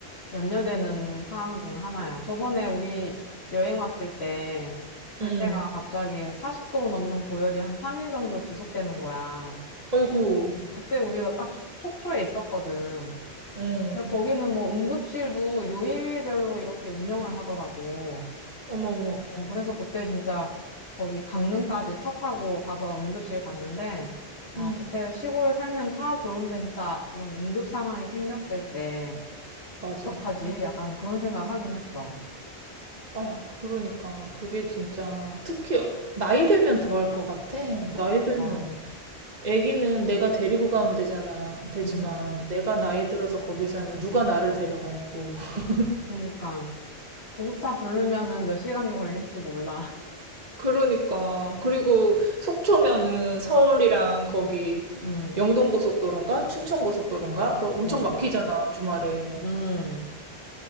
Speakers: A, on the left (about 70°); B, on the right (about 40°).
A: 염려되는 사항 중 하나야. 저번에 우리 여행 왔을 때 둘째가
B: 응.
A: 갑자기 40도 넘는 고열이 한 3일 정도 지속되는 거야.
B: 어이구.
A: 그때 우리가 딱 속- 속초에 있었거든.
B: 응.
A: 근데 거기는 뭐 응급실도 요일별로 이렇게 운영을 하더라고.
B: 어머머.
A: 어, 그래서 그때 진짜 거기 강릉까지 차 타고 가서 응급실 갔는데, 어,
B: 응.
A: 그때 시골 살면 다 좋은데 진짜 이런 응급 상황이 생겼을 때
B: 맞아.
A: 어떡하지?
B: 응.
A: 약간 그런 생각 하긴 했어.
B: 아, 그러니까 그게 진짜 특히 나이 들면 더 할 것 같아. 나이 들면
A: 맞아.
B: 아기는 내가 데리고 가면 되잖아. 되지만
A: 음,
B: 내가 나이 들어서 거기 살면 누가 나를 데려가냐고. <laughs>
A: 그니까. 구급차 부르면은 몇 시간이 걸릴지 몰라. <laughs>
B: 그러니까 그리고 속초면은 서울이랑 거기
A: 음,
B: 영동고속도로인가 춘천고속도로인가 그거 엄청
A: 어,
B: 막히잖아 주말에.
A: 음.